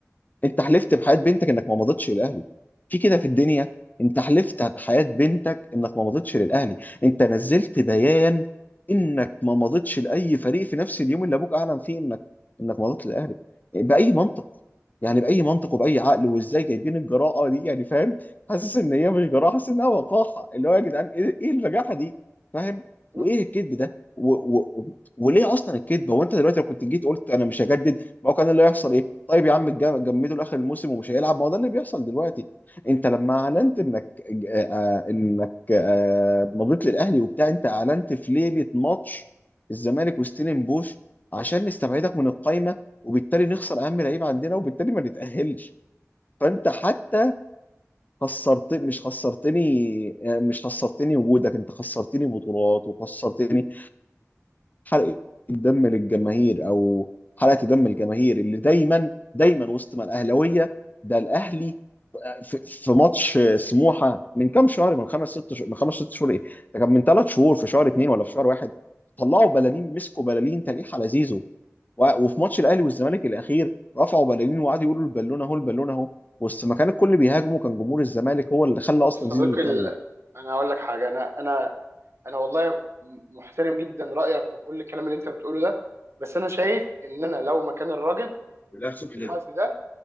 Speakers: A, on the left; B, on the right.
A: انت حلفت بحياة بنتك انك ما مضيتش للاهلي في كده في الدنيا انت حلفت بحياة بنتك انك ما مضيتش للاهلي انت نزلت بيان انك ما مضيتش لاي فريق في نفس اليوم اللي ابوك اعلن فيه انك انك مضيت للاهلي باي منطق يعني باي منطق وباي عقل وازاي جايبين الجراءه دي يعني فاهم حاسس ان هي مش جراءه حاسس انها وقاحه اللي هو يا جدعان ايه ايه البجاحه دي فاهم
B: امم
A: وايه الكذب ده و... و... وليه اصلا الكذب هو انت دلوقتي لو كنت جيت قلت انا مش هجدد ما هو كان اللي هيحصل ايه؟ طيب يا عم اتج- جمدوا لاخر الموسم ومش هيلعب ما هو ده اللي بيحصل دلوقتي انت لما اعلنت انك آه آه، انك آه مضيت للاهلي وبتاع انت اعلنت في ليله ماتش الزمالك وستيلن بوش عشان نستبعدك من القايمه وبالتالي نخسر اهم لعيب عندنا وبالتالي ما نتاهلش فانت حتى خسرت مش خسرتني آه، مش خسرتني وجودك انت خسرتني بطولات وخسرتني حرقة دم للجماهير او حرقة دم الجماهير اللي دايما دايما وسط ما الاهلاويه ده الاهلي في, في ماتش سموحه من كام شهر من خمس ست شهور من خمس ست شهور ايه ده كان من ثلاث شهور في شهر اثنين ولا في شهر واحد طلعوا بلالين مسكوا بلالين تليح على زيزو و- وفي ماتش الاهلي والزمالك الاخير رفعوا بلالين وقعدوا يقولوا البالونه اهو البالونه اهو وسط ما كان الكل بيهاجمه كان جمهور الزمالك هو اللي خلى
B: بص
A: اصلا
B: يا صديقي
A: زيزو يكمل
B: ال... انا هقول لك حاجة انا انا انا والله محترم جدا رأيك وكل الكلام اللي انت بتقوله ده بس انا شايف ان انا لو مكان الراجل
A: والاخ صبحي
B: وفي الوقت
A: ده
B: ده